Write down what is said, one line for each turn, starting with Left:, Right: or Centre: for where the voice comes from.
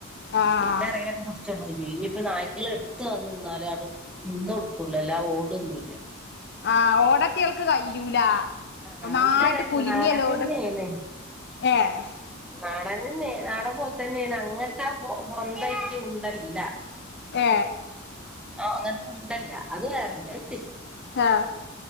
Left: ആഹ്
Centre: പിന്നറിയാല്ലോ പുടിച്ചോണ്ടോകും ഇനിയിപ്പ നായ്ക്കള എടുത്ത് വന്നു നിന്നാലും അങ്ങട്ട് തുള്ളല്ലാം ഓടുന്നില്ല
Left: ആ ഓടാൻറ്റങ്ങൾക്ക് കയ്യൂല.
Centre: ആഹ
Left: ഒന്നായിട്ട്
Centre: ഇതതല്ല
Left: കുലുങ്ങിയല്ലോട്
Centre: നാടൻ തന്നെണ്
Left: ഏഹ്
Centre: നാ ൻതന്നെ നാടൻ പോത്തന്നെണ് അങ്ങനത്തെ ആ ബോന്തെച്ചിന്തല്ല.
Left: ഏ
Centre: ആ അങ്ങനത്തെ ഉണ്ടല്ല അത് വേറണ്ട് ആഹ്
Left: ആഹ